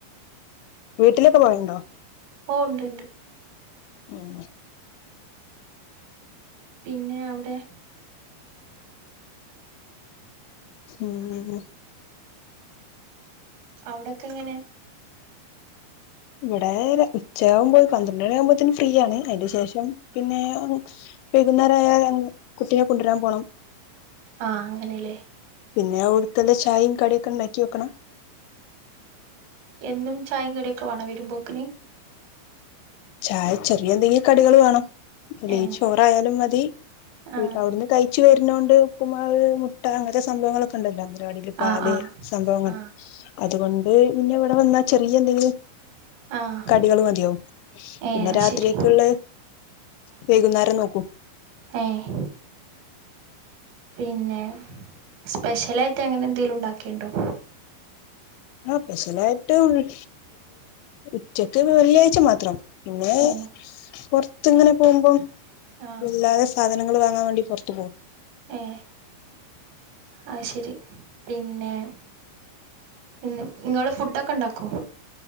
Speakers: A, on the left; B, on the right.
A: വീട്ടിലൊക്കെ പോയണ്ടോ
B: ഓ ഉണ്ട് ഉണ്ട്
A: ആഹ
B: പിന്നെ അവിടെ
A: ആഹ
B: അവിടൊക്കെ എങ്ങനെ
A: ഇവിടെ ഉച്ചയാകുമ്പോ പന്ത്രണ്ട് മണി ആകുമ്പോത്തേന് ഫ്രീയണ് അതിന് ശേഷം പിന്നെ പൈകുന്നേരായ കുട്ടിയെ കൊണ്ടുവരാൻ പോണം
B: ആഹ അങ്ങനെല്ലേ
A: പിന്നെ ആ ഉടുത്തെല്ല ചായയും കടിയൊക്കെ ഉണ്ടാക്കി വെക്കണം
B: എന്നും ചായ കടിയൊക്കെ വേണ വരുുംമ്പോക്കിന
A: ചായ ചെറിയ എന്തെങ്കിലും കടികൾ വേണോല്ല
B: ആഹ്
A: ചോറായാലും മതി
B: ആഹ്
A: അവിടുന്ന് തയ്ച്ചു വരുന്നോണ്ട് ഉപ്പുമാള് മുട്ട അങ്ങനത്തെ സംഭവങ്ങളൊക്കെ ഉണ്ടല്ലോ പരിപാടിൽ പാല്
B: ആഹ്
A: സംഭവങ്ങൾ
B: ആഹ്
A: അതുകൊണ്ട് പിന്നെ ഇവിടെ വന്നാ ചെറിയ എന്തെ
B: ആഹ്
A: കടികള് മതിയാവും പിന്നെ
B: ഏഹ് അത്
A: രാത്രിയൊക്കെയ
B: ശരി
A: ഉള്ള വൈകുന്നേരം നോക്കൂ
B: അഹ പിന്നെ സ്പെഷ്യല ആായിട്ട് എങ്ങനെ എന്തെങ്കിലും ഉണ്ടാക്കിുണ്ടോ
A: ആ സ്പെഷ്യലായിട്ട് ഉ ഉ വെള്ളിയാഴ്ച മാത്രം പിന്നെ
B: ഏഹ്
A: പറത്ത്ങ്ങനെ പോകുമ്പം
B: ആഹ്
A: ഇല്ലാതെ സാധനങ്ങൾ വാങ്ങാൻ വേണ്ടി പുറത്ത് പോകും
B: ഏ ആ ശരി പിന്നെ ഇന്ന് നിങ്ങള് ഫുഡ ഒക്കെ ഇണ്ടാക്കോ